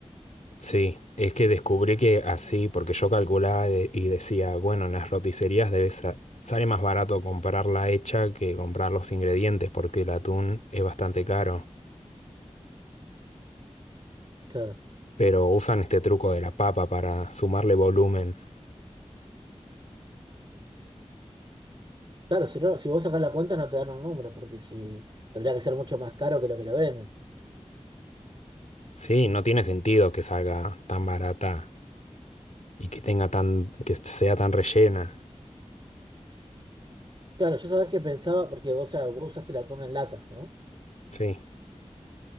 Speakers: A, on the left; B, on the right.
A: Sí, es que descubrí que así, porque yo calculaba de- y decía, bueno, en las roticerías debe sa- sale más barato comprarla hecha que comprar los ingredientes, porque el atún es bastante caro.
B: Claro.
A: Pero usan este truco de la papa para sumarle volumen.
B: Claro, si no, si vos sacás la cuenta no te dan los números, porque si tendría que ser mucho más caro que lo que lo venden.
A: Sí, no tiene sentido que salga tan barata y que tenga tan, que sea tan rellena.
B: Claro, yo sabés que pensaba, porque vos, o sea, vos usaste el atún en lata, ¿no?
A: Sí,